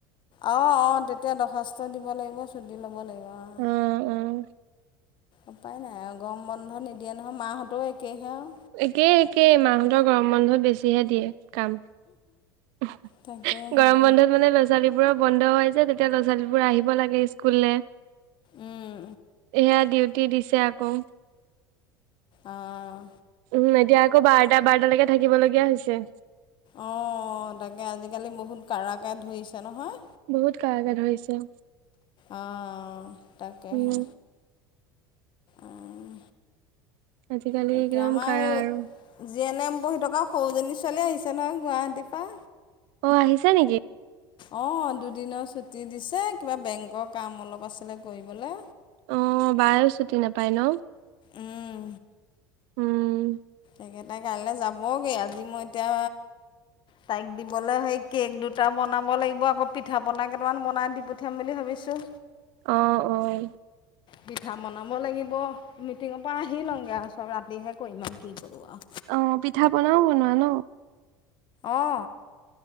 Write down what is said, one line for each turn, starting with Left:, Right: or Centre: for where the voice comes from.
Left: অ অ তেতিয়া দৰ্খাস্ত দিব লাগিব ছুটি ল'ব লাগিব। অঁ
Right: উম উম।
Left: উপায় নাই আৰু গৰম বন্ধ নিদিয়ে নহয় মাহঁতও একেহে আৱ।
Right: একেই একেই মাহঁতৰ গৰম বন্ধত বেছিহে দিয়ে। কাম। উমহ,
Left: তাকেহে
Right: গৰম বন্ধত মানে ল'ৰা ছোৱালী বোৰ বন্ধ হয় যে তেতিয়া ল'ৰা ছোৱালীবোৰে আহিব লাগে স্কুললে।
Left: উম,
Right: এয়া ডিউটি দিছে আকৌ।
Left: অহ।
Right: উম এতিয়া আকৌ বাৰটা বাৰটালেকে থাকিব লগীয়া হৈছে।
Left: অঁ তাকে আজিকালি বহুত কাৰাকে ধৰিছে নহয়।
Right: বহুত কাৰাকে ধৰিছে।
Left: অহ তাকেহে।
Right: উম,
Left: অঁ
Right: আজিকালি
Left: তাকে
Right: একদম
Left: আমাৰ
Right: কাৰা
Left: এই
Right: আৰু
Left: জি এন এম পঢ়ি থকা সৰুজনী ছোৱালী আহিছে নহয় গুৱাহাটীৰ পৰা
Right: অঁ আহিছা নেকি?
Left: অঁ দুদিনৰ ছুটি দিছে কিবা বেংকৰ কাম অলপ আছিলে কৰিবলে।
Right: অঁ বায়ো ছুটি নেপায় ন।
Left: উম
Right: উম।
Left: সেইকেইটাই কাইলে যাবগে আজি মই এতিয়া তাইক দিবলে সেই কেক দুটা বনাব লাগিব আকৌ পিঠা পনা কেইটামান বনাই দি পঠিয়াম বুলি ভাবি বিছোঁ।
Right: অহ অহ।
Left: পিঠা বনাব লাগিব। মিটিঙৰ পৰা আহি লংগে আৱ চব ৰাতিহে কৰিম আৱ কি কৰোঁ আৱ।
Right: অঁ পিঠা পনাও বনোৱা ন
Left: অঁ।